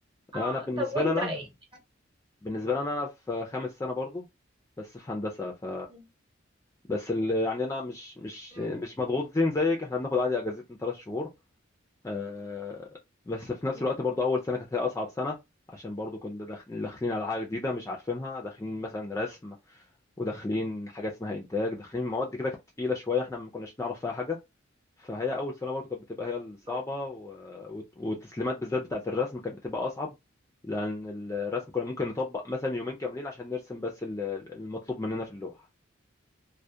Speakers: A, on the right; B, on the left.
A: اه
B: انا بالنسبه
A: طب وانت
B: لي انا
A: ايه؟
B: بالنسبه لي انا أنا في خامس سنه برضو بس في هندسه ف
A: مم.
B: بس ال... يعني انا مش مش
A: مم.
B: مش مضغوطين زيك احنا بناخد عادي اجازتنا ثلاث شهور آه... بس في نفس
A: مم.
B: الوقت برضو اول سنه كانت هي اصعب سنه عشان برضو كنا داخل- داخلين على حاجه جديده مش عارفينها داخلين مثلا رسم وداخلين حاجات اسمها انتاج داخلين مواد كده كانت تقيله شويه احنا ما كناش نعرف فيها حاجه فهي اول سنه برضو كانت بتبقى هي الصعبه
A: اه.
B: و... وت- والتسليمات بالذات بتاعه الرسم كانت بتبقى اصعب لان الرسم كنا ممكن نطبق مثلا يومين كاملين عشان نرسم بس ال- المطلوب مننا في اللوحه